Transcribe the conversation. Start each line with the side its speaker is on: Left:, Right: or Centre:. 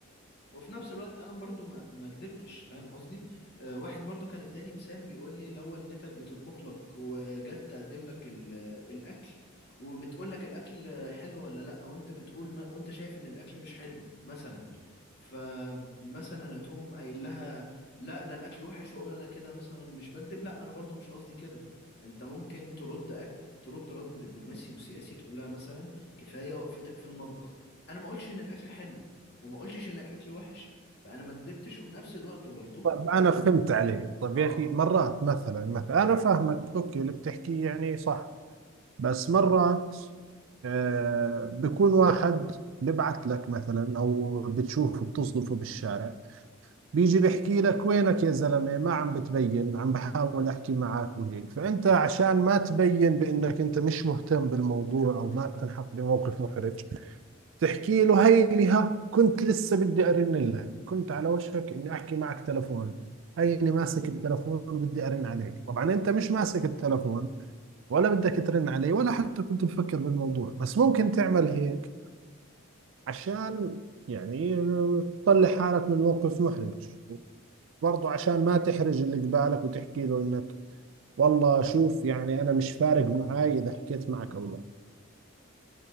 Left: وفي نفس الوقت انا برضو ما ما كدبتش فاهم قصدي آه واحد برضو كان اداني مثال بيقول لي لو والدتك بتطبخ لك وجت تقدم لك ال- الاكل وبتقول لك الاكل حلو ولا لا وانت بتقول ما وانت شايف ان الاكل مش حلو مثلا فمثلا هتقوم قايل لها لا ده الاكل وحش واقول انا كده مثلا مش بكذب لا انا برضو مش قصدي كده انت ممكن ترد أك... ترد رد دبلوماسي وسياسي تقول لها مثلا كفايه وقفتك في المطبخ انا ما قلتش ان الاكل حلو وما قلتش ان الاكل وحش فانا ما كدبتش وفي نفس الوقت برضو
Right: طب انا فهمت عليك طب
Left: اه
Right: يا اخي مرات مثلا مثلا انا فاهمك اوكي اللي بتحكيه يعني صح بس مرات آه، بكون واحد ببعت لك مثلا او بتشوفه بتصدفه بالشارع بيجي بيحكي لك وينك يا زلمة ما عم بتبين عم بحاول احكي معك وهيك فانت عشان ما تبين بانك انت مش مهتم بالموضوع او ما تنحط بموقف محرج تحكي له هيني ها كنت لسه بدي ارن لك كنت على وشك اني احكي معك تلفون هيني ماسك التلفون وبدي ارن عليك طبعا انت مش ماسك التلفون ولا بدك ترن علي ولا حتى كنت مفكر بالموضوع بس ممكن تعمل هيك عشان يعني تطلع حالك من موقف محرج وبرضه عشان ما تحرج اللي قبالك وتحكي له انك والله شوف يعني انا مش فارق معاي اذا حكيت معك او لا